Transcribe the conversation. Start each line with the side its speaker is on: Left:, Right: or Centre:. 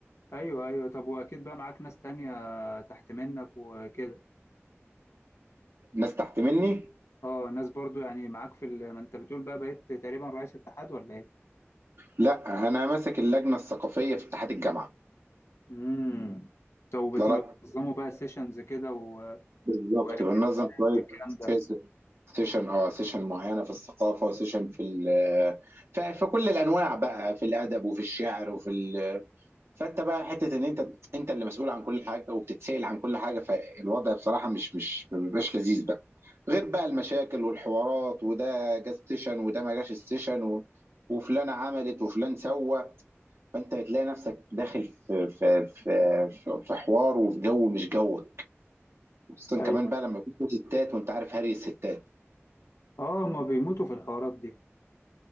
Left: ايوه ايوه طب واكيد بقى معاك ناس تانية تحت منك وكده
Right: ناس تحت مني
Left: اه ناس برضو يعني معاك في ال... ما انت بتقول بقى بقيت تقريبا رئيس اتحاد ولا ايه
Right: لا انا ماسك اللجنه الثقافيه في اتحاد الجامعه
Left: امم لو بتنظموا
Right: وصل لك
Left: بقى سيشنز كده و...
Right: بالظبط
Left: و-
Right: بننظم شويه
Left: والكلام
Right: سيس-
Left: ده
Right: سيشن اه سيشن معينه في الثقافه وسيشن في ال- آه، في في كل الانواع بقى في الادب وفي الشعر وفي فانت بقى حته ان انت انت اللي مسؤول عن كل حاجه وبتتسال عن كل حاجه فالوضع بصراحه مش مش ما بيبقاش لذيذ بقى غير بقى المشاكل والحوارات وده جه ستيشن وده ما جاش ستيشن و... وفلانه عملت وفلان سوى فانت بتلاقي نفسك داخل في في في في في حوار وفي جو مش جوك خصوصا
Left: ايوه
Right: كمان بقى لما يكون في ستات وانت عارف هري الستات
Left: اه ما بيموتوا في الحوارات دي